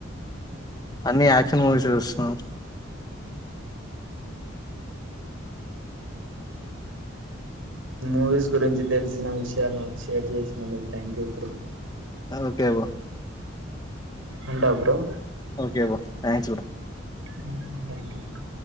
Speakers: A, on the left; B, on the right.
A: అన్ని యాక్షన్ మూవీస్ చూస్తున్నావ్ <inaudible>
B: మూవీస్ గురించి తెలిసిన విషయలును షేర్ చేసినందుకు థ్యాంక్ యూ బ్రో
A: అ ఒకే బ్రో
B: ఉంటావ్ bro
A: okay bro thanks bro
B: హ్ థ్యాంక్యూ బ్రో